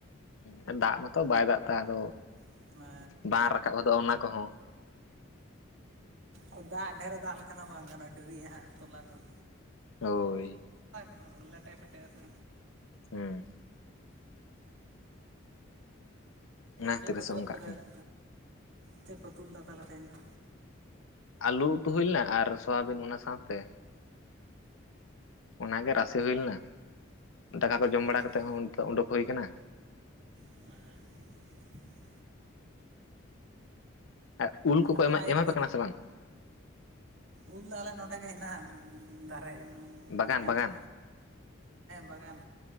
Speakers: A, on the left (about 80°); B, on the right (about 70°).
A: ᱦᱮᱸ ᱫᱟᱜ ᱢᱟᱛᱚ ᱵᱟᱭ ᱫᱟᱜ ᱛᱟᱦᱮᱸ ᱟᱫᱚ
B: ᱦᱮᱸ
A: ᱵᱟᱝ ᱨᱟᱠᱟᱵ ᱜᱚᱫᱚᱜᱼᱟ ᱚᱱᱟ ᱠᱚᱦᱚᱸ
B: ᱦᱩᱸ ᱫᱟᱜ ᱰᱷᱮᱨᱮ ᱫᱟᱜ ᱞᱮᱠᱷᱟᱱ ᱫᱚ ᱵᱟᱝ ᱜᱟᱱᱚᱜᱼᱟ ᱰᱮᱨᱤᱜᱼᱟ ᱦᱟᱸᱜ ᱛᱚᱞᱟ ᱜᱚᱫ
A: ᱦᱳᱭ
B: ᱚ ᱞᱮᱴᱮ ᱯᱮᱴᱮ ᱟ ᱥᱮ
A: ᱦᱮᱸ ᱚᱱᱟ
B: ᱪᱮᱫ
A: ᱠᱷᱟᱹᱛᱤᱨ
B: ᱠᱚ
A: ᱥᱮ
B: ᱛᱩᱣᱟᱫ
A: ᱚᱱᱠᱟᱜ
B: ᱯᱮ ᱛᱟᱦᱮᱱᱟ
A: ᱠᱟᱱᱟ
B: ᱪᱮᱫ ᱯᱮ ᱩᱛᱩ ᱞᱮᱫᱟ ᱛᱟᱦᱞᱮ ᱛᱟᱦᱮᱸᱧ ᱫᱚ
A: ᱟᱹᱞᱩ ᱩᱛᱩ ᱦᱩᱭ ᱞᱮᱱᱟ ᱟᱨ ᱥᱳᱣᱟᱵᱤᱱ ᱚᱱᱟ ᱥᱟᱶᱛᱮ ᱚᱱᱟᱜᱮ ᱨᱟᱥᱮ ᱦᱩᱭ ᱞᱮᱱᱟ ᱫᱟᱠᱟ ᱠᱚ ᱡᱚᱢ
B: ᱟᱪᱪᱷᱟ
A: ᱵᱟᱲᱟ ᱠᱟᱛᱮᱮᱫ ᱦᱚᱸ ᱚᱱᱛᱮ ᱩᱰᱩᱠ ᱦᱩᱭ ᱠᱟᱱᱟ
B: ᱟᱨ
A: ᱟᱨ ᱩᱞ ᱠᱚᱠᱚ
B: ᱱᱚᱣᱟ
A: ᱮᱢᱟ
B: ᱤᱭᱟᱹ
A: ᱮᱢᱟᱯᱮ
B: ᱨᱮᱫᱚ
A: ᱠᱟᱱᱟ ᱥᱮ ᱵᱟᱝ
B: ᱩᱞ ᱫᱚ ᱚᱞᱮ ᱚᱰᱮᱜᱮ ᱦᱮᱱᱟᱜᱼᱟ ᱫᱟᱨᱮ
A: ᱵᱟᱜᱟᱱ
B: ᱮᱢ
A: ᱵᱟᱜᱟᱱ
B: ᱫᱚ ᱵᱟᱜᱟᱱ